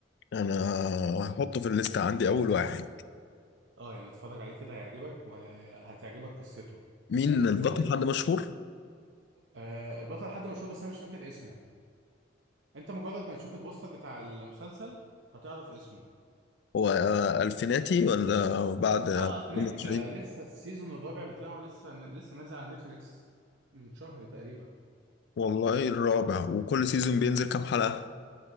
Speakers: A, on the left; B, on the right.
A: انا هحطه في الليست عندي اول واحد
B: اه يعني اتفرج عليه كده هيعجبك وهتعجبك قصته
A: مين
B: وكل
A: البطل حد مشهور؟
B: آه البطل حد مشهور بس أنا مش فاكر اسمه انت مجرد ما تشوف البوستر بتاع المسلسل هتعرف اسمه
A: هو آه، الفيناتي ولا بعد آه،
B: اه الفناتي
A: 22
B: ده لسه السيزون الرابع بتاعه لسه لسه نازل على نتفليكس من شهر تقريبا
A: والله الرابع وكل سيزون بينزل كام حلقة؟